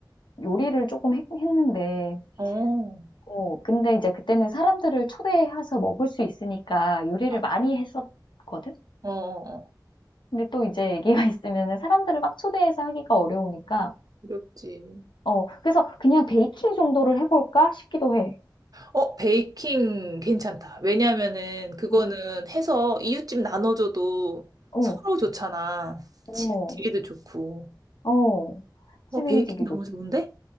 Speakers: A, on the left; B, on the right.
A: 요리를 조금 했, 는데
B: 어,
A: 어, 근데 이제 그때는 사람들을 초대해서 먹을 수 있으니까 요리를
B: 맞아.
A: 많이 했었거든?
B: 어, 어, 어.
A: 근데 또 이제 애기가 있으면 <laughs> 사람들을 막 초대해서 하기가 어려우니까,
B: 어렵지.
A: 어, 그래서 그냥 베이킹 정도를 해볼까 싶기도 해.
B: 어, 베이킹 괜찮다. 왜냐면은 그거는
A: 어.
B: 해서 이웃집 나눠줘도
A: 어,
B: 서로 좋잖아.
A: 어,
B: 집에도 좋고.
A: 어,
B: 어,
A: 친해지기도
B: 베이킹 너무 좋은데?